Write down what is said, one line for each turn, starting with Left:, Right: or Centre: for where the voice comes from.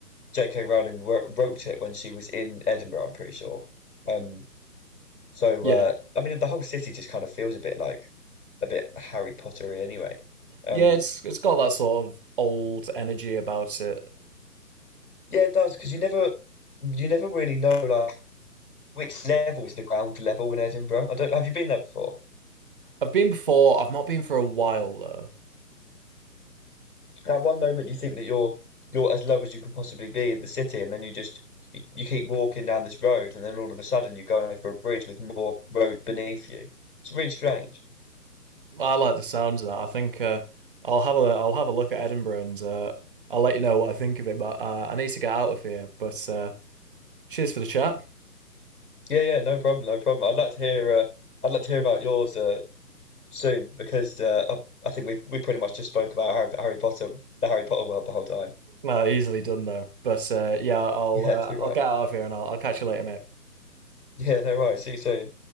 Left: J.K. Rowling wrote, wrote it when she was in Edinburgh, I'm pretty sure. Um, so
Right: Yeah.
Left: uh, I mean, the whole city just kind of feels a bit like a bit Harry Pottery anyway. Um,
Right: Yeah, it's it's got that sort of old energy about it.
Left: yeah, it does because you never you never really know like which level is the ground level in Edinburgh? I don't. Have you been there before?
Right: I've been before, I've not been for a while though.
Left: At one moment you think that you're you're as low as you can possibly be in the city, and then you just you, you keep walking down this road, and then all of a sudden you're going over a bridge with more road beneath you. It's really strange.
Right: I like the sounds of that. I think uh, I'll have a I'll have a look at Edinburgh and uh, I'll let you know what I think of it. But uh, I need to get out of here. But uh, cheers for the chat.
Left: Yeah, yeah, no problem, no problem. I'd like to hear. Uh, I'd like to hear about yours uh, soon because uh, I, I think we we pretty much just spoke about Harry, Harry Potter, the Harry Potter world the whole time.
Right: Uh, easily done though. But uh, yeah, I'll
Left: Yeah,
Right: uh,
Left: too right.
Right: I'll get out of here and I'll, I'll catch you later, mate.
Left: Yeah, no worries. See you soon.